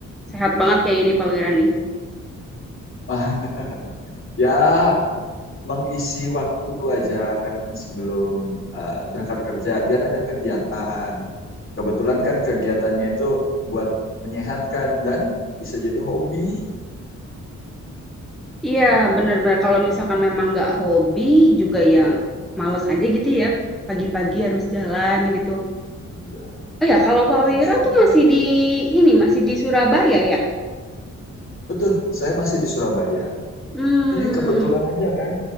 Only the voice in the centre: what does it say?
sehat banget kayaknya nih Pak Wira nih.
Iya, bener bener, kalau misalkan memang nggak hobi juga ya males aja gitu ya, pagi-pagi harus jalan gitu.
Oh ya, kalau Pak
Wira
tuh masih di ini, masih di Surabaya ya?
Hmm